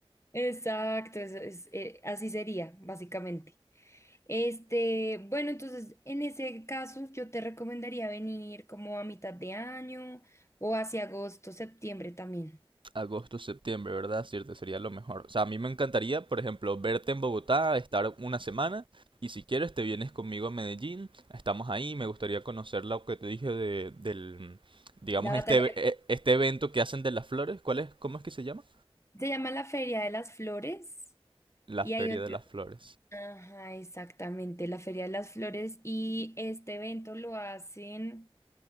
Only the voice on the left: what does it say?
Exacto, eso es, eh, así sería, básicamente. Este, bueno, entonces en ese caso yo te recomendaría venir como a mitad de año o hacia agosto, septiembre también.
La batalla
se llama la Feria de las Flores
y
hay otra.
Ajá, exactamente, la Feria de las Flores y este evento lo hacen,